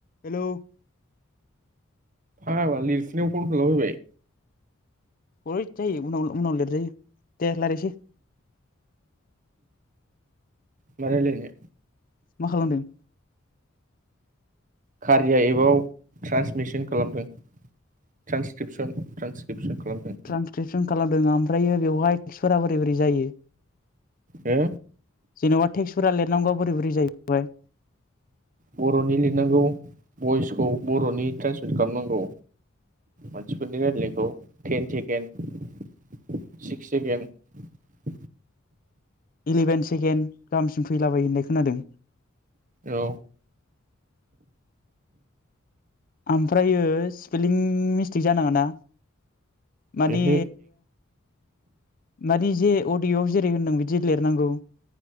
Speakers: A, on the left; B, on the right.
A: हेल'
B: फाग्ला लिरफुनायाव कल खालामबायबाय
A: अय जायो उनाव उनाव लिरजायो दे रायलायसै
B: मा रायलायनो?
A: मा खालामदों?
B: कारिया एपाव ट्रान्सक्रिपसन खालामदों ट्रान्सक्रिपसन ट्रान्सक्रिपसन खालामदों
A: ट्रेन्सक्रिपसन खालामदों आं ओमफ्रायो बेवहाय <inaudible> बोरै बोरै जायो।
B: हो
A: नङा टेक्सफोरा लिरनांगौआ बोरै बोरै जायो <unintelligible>
B: बर'नि लिरनांगौ भइसखौ बर'नि ट्रेन्सलेट खालामनांगौ मानसिफोरनि रायजनायखौ ten second six second
A: eleven second गाहामसिम फैलाबायो होनना खोनादों।
B: औ।
A: ओमफ्रायो स्पेलिं मिस्टेक जानाङाना मादि
B: ओहो
A: मादि जे अडिय'आव जेरै होनदों बिदि लिरनांगौ।